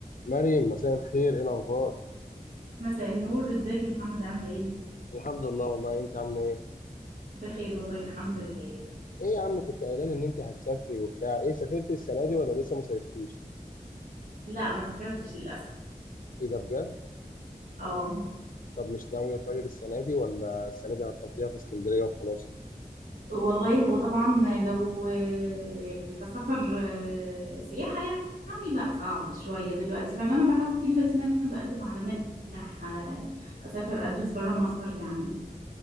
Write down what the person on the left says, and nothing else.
مريم مساء الخير ايه الاخبار
الحمد لله والله انت عامله ايه
ايه يا عم كنت قايله لي ان انت هتسافري وبتاع ايه سافرتي السنه دي ولا لسه ما صيفتيش
ايه ده بجد
طب مش ناويه طيب السنه دي ولا السنه دي هتقضيها في اسكندريه وخلاص